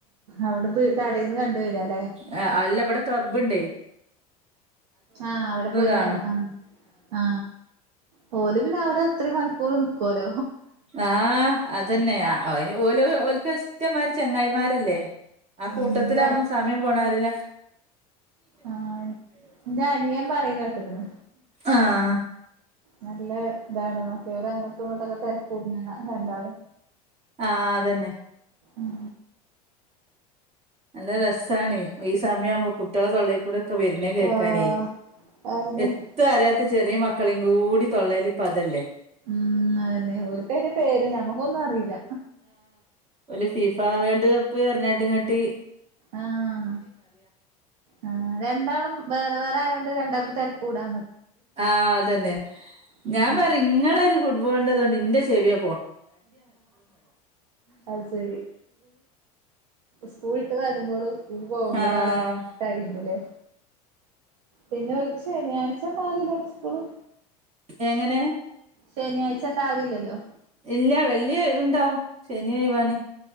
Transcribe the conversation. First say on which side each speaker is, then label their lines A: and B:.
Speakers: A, on the right (about 80°); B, on the right (about 35°).
A: അവിടെപ്പോ കടയിന്ന് കണ്ട് വരാല്ലേ
B: ആ അല്ല ഇവിടെ ക്ലബ്ബ്ണ്ടേ
A: ആഹ അവിടെ പോയിക്കണ
B: കാണും
A: ആ ആ പോല പിന്നെ അവിടെ എത്ര മണി കൊക്കല്ല
B: ആഹ് അതന്നെ അന് ഓല ഓ കത്മാര് ചെങ്ങായിമാരല്ലേ ആ കൂട്ടത്തി
A: ഉം
B: അമ്മ സമയം പോണാറില്ല
A: ആഹഞനിയാൻ പറയുന്ന കേട്ടന്ന്
B: ആഹ
A: നല്ല ഇതാണ് നോക്കെവര് അങ്ങോട്ടും ഇങ്ങോട്ടൊക്കെ തിരക്ക രന്താള്
B: ആ അതന്നെ
A: ഉം
B: നല്ല രസമാണ് ഈ സമയം ആുമ്പ കുട്ടികളെ തൊയിൽ കൂടെ ക്കെ വിരുന്ന കേക്കാനേ
A: ആഹ് അയിന്
B: എത്ത അരാിയത്ത ചെറിയ മക്ക കളിയും കൂടി തൊള്ളലി പതല്ലേ
A: ഉം അതന്നെ ഓക്കന്റെ പേര് ഞമ്മക്കൊന്നും അറിയില്ല
B: അ ഫിഫ വേൾഡ് കപ്പ് എറഞ്ഞാട്ടിൻങ്ങാട്ടി
A: ആഹ ആ രണ്ടാളും വേറെ വേറെ ആയ കൊണ്ട് രണ്ടാ കുട്ട ത കൂടാെ
B: ആഹ അതന്നെ
A: ഉം
B: ഞാൻ പറ ഇങ്ങളെ ഒരു ഫുട്ബോളിന്റെതൊണ്ട് ഇന്റെ ചെവിയ
A: അ ശരി സ്കൂൾ ഇട്ട് വരുമ്പോഴും സ്കൂൾ പോകുമ്പോളും
B: ആഹ്
A: ആളല്ലായിന്നില്ലേ പിന്നെ ഒ ശനിയാഴ്ച പാലലണ്ട് സ്കൂള്
B: എങ്ങനെ
A: ശനിയാഴ്ച ഉണ്ടാവില്ലല്ലോ
B: ഇല്ല വെള്ളി ഉണ്ടാവും ശനി ഒഴിവാണ്